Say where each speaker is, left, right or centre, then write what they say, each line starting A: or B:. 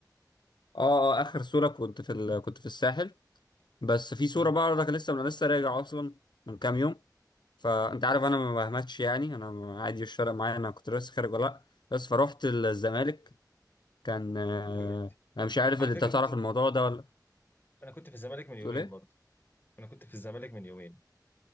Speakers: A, on the left (about 85°); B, on the left (about 30°).
A: اه اه اخر صورة كنت في ال... كنت في الساحل بس في صورة
B: امم
A: بقى انا لسه انا لسه راجع اصلا من كام يوم فانت عارف انا ما بهمتش يعني انا عادي مش فارق معايا انا كنت لسه خارج ولا لا بس فروحت الزمالك كان آه،
B: دلوقتي
A: انا مش عارف
B: على
A: انت
B: فكره
A: تعرف
B: كنت
A: الموضوع ده ولا
B: انا كنت في الزمالك من يومين
A: بتقول ايه
B: برضه انا كنت في الزمالك من يومين